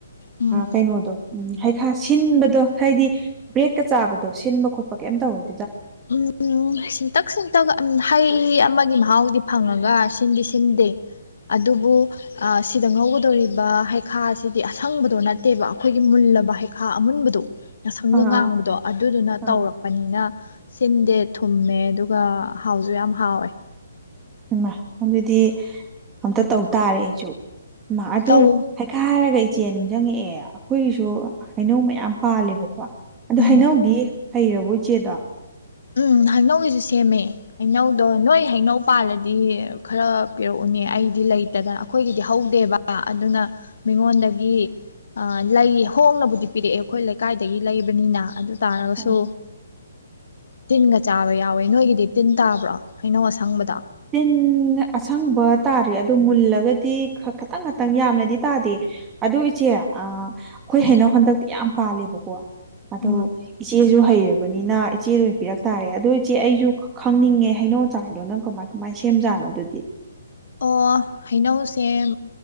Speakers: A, on the left (about 65°); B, on the right (about 15°).
A: ꯎꯝ
B: ꯀꯩꯅꯣꯗꯣ ꯎꯝ ꯍꯩ ꯈꯥ ꯁꯤꯟꯕꯗꯣ ꯍꯥꯏꯗꯤ ꯕ꯭ꯔꯦꯛꯀ ꯆꯥꯕꯗꯣ ꯁꯤꯟꯕ ꯈꯣꯠꯄ ꯀꯩꯝꯇ ꯇꯩꯔꯣꯏ
A: ꯎꯝ ꯁꯤꯟꯇꯛ ꯁꯤꯟꯇꯛ ꯎꯝꯝ ꯍ ꯍꯩ ꯑꯃꯒꯤ ꯃꯍꯥꯎꯗꯤ ꯐꯪꯉꯒ ꯁꯤꯟꯗꯤ ꯁꯤꯟꯗꯦ ꯑꯗꯨꯕꯨ ꯁꯤꯗ ꯉꯧꯒꯗꯧꯔꯤꯕ ꯍꯩꯈꯥꯁꯤꯗꯤ ꯑꯁꯪꯕꯗꯣ ꯅꯠꯇꯦꯕ ꯑꯩꯈꯣꯏꯒꯤ ꯃꯨꯜꯂꯕ ꯍꯩꯈꯥ ꯑꯃꯨꯟꯕꯗꯣ ꯉꯥꯁꯪꯒ
B: ꯑꯥ
A: ꯉꯥꯡꯕꯗꯣ
B: ꯑꯥ
A: ꯑꯗꯨꯗꯨꯅ
B: ꯑꯥ
A: ꯇꯧꯔꯛꯄꯅꯤꯅ ꯁꯤꯟꯗꯦ ꯊꯨꯝꯃꯦ ꯑꯗꯨꯒ ꯍꯥꯎꯁꯨ ꯌꯥꯝ ꯍꯥꯎꯋꯦ
B: ꯎꯃ ꯑꯗꯨꯗꯤ ꯑꯝꯇ ꯇꯧ ꯇꯥꯔꯦ ꯑꯩꯁꯨ ꯃꯥ ꯑꯗꯨ
A: ꯇꯧ
B: ꯍꯀꯥꯏ ꯍꯔꯒ ꯏꯆꯦ ꯅꯤꯡꯁꯤꯡꯉꯛꯑꯦ ꯑꯩꯈꯣꯏꯒꯤꯁꯨ ꯍꯩꯅꯧ ꯃꯌꯥꯝ ꯄꯥꯜꯂꯦꯕꯀꯣ ꯑꯣ
A: ꯎꯝ
B: ꯍꯩꯅꯧꯗꯤ ꯍꯩꯔꯕꯣ ꯏꯆꯦꯗꯣ
A: ꯎꯝ ꯍꯩꯅꯧꯒꯤꯁꯨ ꯁꯦꯝꯃꯦ ꯍꯩꯅꯧꯗꯣ ꯅꯣꯏ ꯍꯩꯅꯧ ꯄꯥꯜꯂꯗꯤ ꯈꯔ ꯄꯤꯔꯛꯎꯅꯦ ꯑꯩꯗꯤ ꯂꯩꯇꯗꯅ ꯑꯩꯈꯣꯏꯒꯤꯗꯤ ꯍꯧꯗꯦꯕ ꯑꯗꯨꯅ ꯃꯤꯉꯣꯟꯗꯒꯤ ꯂꯩ ꯍꯣꯡꯅꯕꯨꯗꯤ ꯄꯤꯔꯛꯑꯦ ꯑꯩꯈꯣꯏ ꯂꯩꯀꯥꯏꯗꯒꯤ ꯂꯩꯕꯅꯤꯅ ꯑꯗꯨ ꯇꯥꯔꯒꯁꯨ
B: ꯑꯣ
A: ꯇꯤꯟꯒ ꯆꯥꯕ ꯌꯥꯎꯋꯦ ꯅꯣꯏꯒꯤꯗꯤ ꯇꯤꯟ ꯇꯥꯕ꯭ꯔꯣ ꯍꯩꯅꯧ ꯑꯁꯪꯕꯗ
B: ꯇꯤꯟ ꯑꯁꯪꯕ ꯇꯥꯔꯦ ꯑꯗꯨ ꯃꯨꯜꯂꯒꯗꯤ ꯈꯇꯪ ꯈꯇꯪ ꯌꯥꯝꯅꯗꯤ ꯇꯥꯗꯦ ꯑꯗꯨ ꯏꯆꯦ ꯑꯩꯈꯣꯏ
A: ꯎꯝ
B: ꯍꯩꯅꯧ ꯍꯟꯗꯛꯇꯤ ꯌꯥꯝ ꯄꯥꯜꯂꯦꯕꯀꯣ ꯑꯗꯣ
A: ꯎꯝ
B: ꯏꯆꯦꯁꯨ ꯍꯩꯔꯕꯅꯤꯅ ꯅꯤꯅ ꯏꯆꯦꯗ ꯑꯣꯏꯅ ꯄꯤꯔꯛ ꯇꯥꯔꯦ ꯑꯗꯨ ꯏꯆꯦ ꯑꯩꯁꯨ ꯈꯪꯅꯤꯡꯉꯦ ꯍꯩꯅꯧ ꯆꯆꯥꯔꯗꯣ ꯅꯪ ꯀꯃꯥꯏꯅ ꯀꯃꯥꯏ ꯁꯦꯝꯖꯥꯠꯅꯣ ꯑꯗꯨꯗꯤ
A: ꯑꯣ ꯍꯩꯅꯧ ꯁꯦꯝ